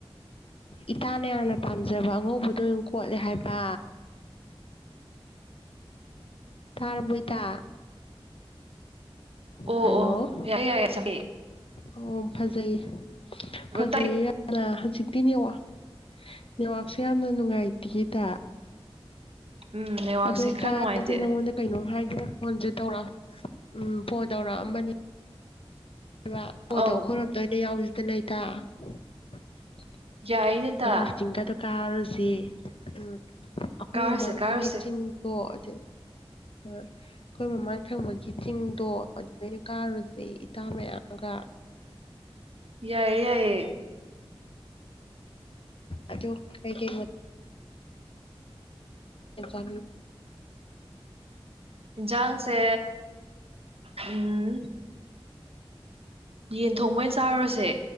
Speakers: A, on the left; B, on the right.
A: ꯏꯇꯥꯅ ꯌꯥꯝꯅ ꯄꯥꯝꯖꯕ ꯑꯉꯧꯕꯗꯣ ꯑꯗꯨꯝ ꯈꯣꯠꯂꯦ ꯍꯥꯏꯕ ꯇꯥꯔꯕꯣ ꯏꯇꯥ
B: ꯑꯣ
A: ꯍꯜꯂꯣ
B: ꯑꯣ ꯌꯥꯏꯌꯦ ꯌꯥꯏꯌꯦ ꯆ
A: ꯑꯣ ꯐꯖꯩ ꯐꯖꯩꯌꯦ
B: ꯇꯥꯏ
A: ꯌꯥꯝꯅ ꯍꯧꯖꯤꯛꯇꯤ ꯅꯦꯇꯋꯥꯔꯛ ꯅꯦꯠꯋꯥꯛꯁꯦ ꯌꯥꯝꯅ ꯅꯨꯡꯉꯥꯏꯇꯤꯌꯦ ꯏꯇꯥ
B: ꯎꯝ ꯅꯦꯠꯋꯥꯛꯁꯦ
A: ꯑꯗꯨ ꯏꯇꯥꯔꯁꯦ
B: ꯈꯔ ꯅꯨꯡꯉꯥꯏꯇꯦ
A: ꯅꯉꯣꯟꯗ ꯀꯩꯅꯣꯝ ꯍꯥꯏ ꯁꯤꯔ ꯐꯣꯟꯁꯦ ꯇꯧꯔ ꯎꯝ ꯐꯣꯟ ꯇꯧꯔꯛꯑꯝꯕꯅꯤ ꯕ ꯄꯣꯠꯇꯣ
B: ꯑꯧ
A: ꯑꯩꯈꯣꯏꯔꯣꯝꯗ ꯑ ꯑꯣꯏꯅ ꯌꯥꯎꯁꯤꯗꯅ ꯏꯇꯥ ꯑꯣ <unintelligible>
B: ꯌꯥꯏꯅꯦꯗ
A: ꯆꯩꯔꯥꯑꯣ ꯆꯤꯡꯒꯗꯨ ꯀꯥꯔꯨ ꯁꯤ ꯎꯝ ꯑꯩꯈꯣꯏ
B: ꯀꯥꯔꯨꯁꯦ
A: ꯃꯃꯥꯡꯊꯪꯒꯤ
B: ꯀꯥꯔꯨꯁꯦ
A: ꯆꯤꯡꯗꯣ ꯑꯗꯨ ꯑꯩꯈꯣꯏ ꯃꯃꯥꯡ ꯊꯪꯕꯒꯤ ꯆꯤꯡꯗꯣ ꯑꯗꯨꯗꯩꯅ ꯀꯥꯔꯨꯁꯦ ꯏꯇꯥ ꯃꯌꯥꯝ ꯃꯒ
B: ꯌꯥꯏꯌꯦ ꯌꯥꯏꯌꯦ
A: ꯑꯗꯣ ꯀꯩ ꯀꯩ ꯆ
B: ꯏꯖꯥꯡꯁꯦ ꯎꯝ ꯌꯦꯟ ꯊꯣꯡꯕ ꯆꯥꯔꯨꯔꯁꯦ